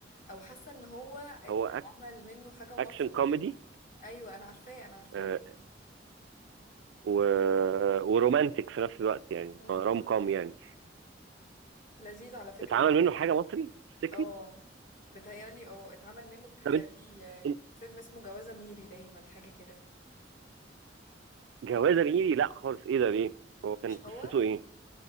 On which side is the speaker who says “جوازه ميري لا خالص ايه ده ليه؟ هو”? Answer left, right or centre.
Right